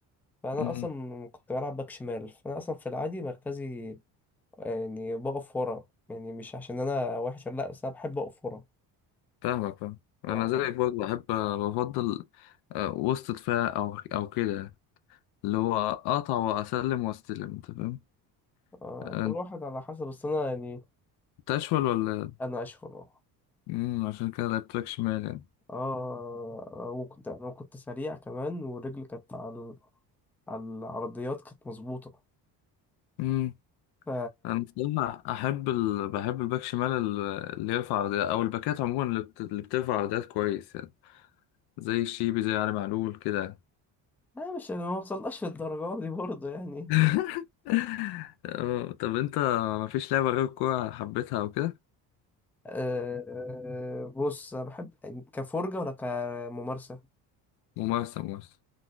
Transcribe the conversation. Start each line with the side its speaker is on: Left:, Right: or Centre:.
Centre: فانا
Left: فين؟
Centre: اصلا كنت بلعب باك شمال فانا اصلا في العادي مركزي يعني بقف ورا يعني مش عشان انا وحش لا بس انا بحب اقف ورا
Left: فاهمك فاهم انا
Centre: ف-
Left: زيك برضه بحب بفضل آه، وسط دفاع او او كده اللي هو اقطع واسلم واستلم انت فاهم
Centre: آه،
Left: آه،
Centre: كل واحد على حسب بس انا يعني
Left: انت اشول ولا
Centre: انا اشهر اه
Left: امم عشان كده لعبت باك شمال يعني
Centre: آه، وكنت انا كنت سريع كمان ورجلي كانت على ال- على العرضيات كانت مظبوطه
Left: امم
Centre: ف
Left: انا بصراحه احب ال... بحب الباك شمال ال- اللي يرفع عرضيات او الباكات عموما اللي, بت... اللي بترفع عرضيات كويس يعني زي الشيبي زي علي معلول كده
Centre: انا مش انا ما وصلناش للدرجه دي برضه يعني
Left: <laughs> آه، طب انت مفيش لعبه غير الكوره حبيتها او كده
Centre: آه، آه، بص انا بحب يعني كفرجه ولا كممارسه
Left: ممارسه ممارسه